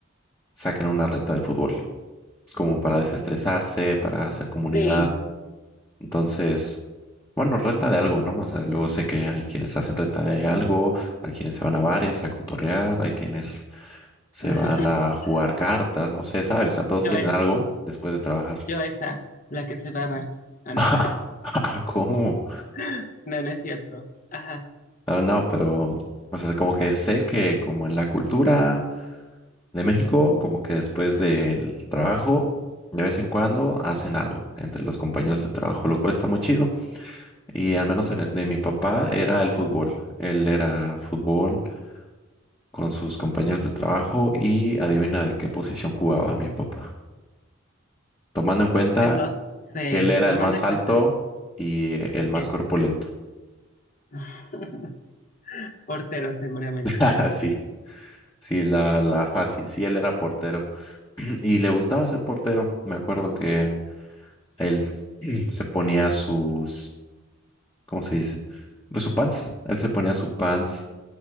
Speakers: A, on the left; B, on the left.
A: saquen una reta de fútbol. Es como para desestresarse, para hacer comunidad.
B: Sí.
A: Entonces, bueno, reta de algo, ¿no? O sea, luego sé que hay quienes hacen reta de algo, hay quienes se van a bares a cotorrear, hay quienes se
B: <laughs>
A: van a jugar cartas, no sé, ¿sabes? O sea, todos
B: Yo,
A: tienen
B: eh,
A: algo después de trabajar.
B: yo esa, la que se va a bares. Ah,
A: <laughs>
B: no.
A: ¿Cómo?
B: <laughs> No, no es cierto. Ajá.
A: Ah, no, pero, o sea, como que sé que como en la cultura de México, como que después del trabajo, de vez en cuando hacen algo entre los compañeros de trabajo, lo cual está muy chido. Y al menos en el- de mi papá era el fútbol. Él era fútbol con sus compañeros de trabajo y adivina de qué posición jugaba mi papá, tomando en cuenta
B: Pues no sé,
A: que él era
B: tomando
A: el más
B: en
A: alto
B: cuenta
A: y el más
B: que
A: corpulento.
B: <laughs> portero seguramente.
A: <laughs> Sí. Sí, la, la fácil. Sí, él era portero <clears throat> y le gustaba ser portero. Me acuerdo que él s- <clears throat> se ponía sus, ¿cómo se dice? Pues su pants. Él se ponía su pants